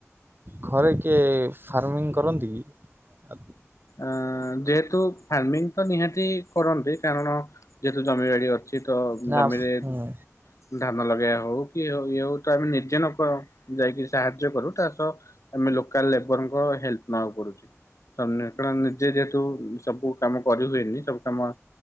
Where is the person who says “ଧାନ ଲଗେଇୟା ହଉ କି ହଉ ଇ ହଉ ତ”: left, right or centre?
Left